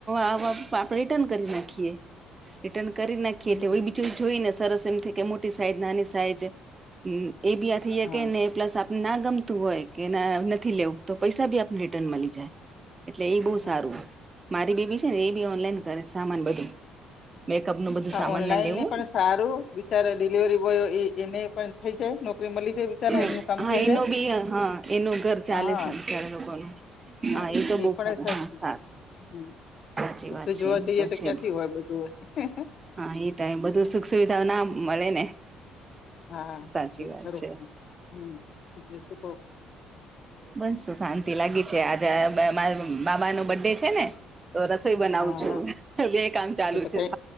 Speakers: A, on the right; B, on the left.
A: આપડે રિટર્ન કરી નાખીએ, <unintelligible> કરી નાખીએ
B: હમ,
A: તો બીજું જોઈને સરસ એમ થાય કે મોટી સાઈઝ નાની સાઈઝ એ બી આ થઈ જ
B: હા
A: કે ને પ્લસ આપ ના ગમતું હોય કે નથી લેવું તો પૈસા ભી આપને રિટર્ન મળી જાય. એટલે એ બહુ
B: હા
A: સારું, મારી બેબી છે ને એ બી ઓનલાઈન કરે સામાન બધું. મેકઅપ નું બધું
B: હા
A: સામાનને
B: ઓનલાઈન
A: લેવું
B: ને પણ સારું વિકલ્પ. ડિલિવરી બોય એને પણ થઈ જાય નોકરી મળી જાય.
A: <unintelligible>
B: બિચારા એમનું કામ થઈ જાય હા હા
A: તો
B: એ
A: બહુ
B: પણ
A: ફર હા
B: <unintelligible>
A: સારું
B: હમ.
A: સાચી
B: બધું
A: વાત છે
B: જોવા
A: એ
B: જઈએ તો
A: છે
B: ક્યાંથી હોય બધું હો.
A: હા એ થાય બધું સુખ સુવિધાઓ ના મળે ને.
B: હા....
A: સાચી
B: ખ...
A: વાત છે
B: હ..... <unintelligible>
A: બસ શાંતિ લાગી છે આજ શાંતિ લાગી છે મામા નો બર્થડે છે ને. તો રસોઈ બનાવું
B: હા
A: છું
B: હા
A: હ બે કામ ચાલુ
B: તો તો
A: છે.
B: કઈ